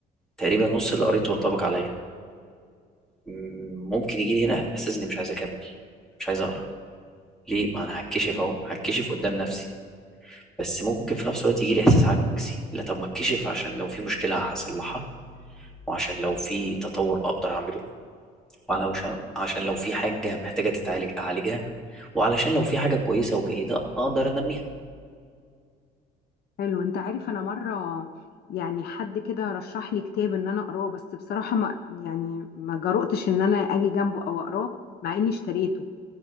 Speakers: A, in the centre; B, on the left.
A: تقريبا نص اللي قريته انطبق عليا مم، ممكن يجي لي هنا احساس اني مش عايز اكمل مش عايز اقرا ليه ما انا هتكشف اهو هتكشف قدام نفسي بس ممكن في نفس الوقت يجي لي احساس عكسي لا طب ما اتكشف عشان لو في مشكله هصلحها وعشان لو في تطور اقدر اعمله وعشان عشان لو في حاجه محتاجه تتعالج اعالجها وعلشان لو في حاجه كويسه وجيده اقدر انميها
B: حلو أنت عارف أنا مرة يعني حد كده رشح لي كتاب إن أنا أقراه بس بصراحة ما يعني ما جرؤتش إن أنا أجي جنبه أو أقراه مع إني اشتريته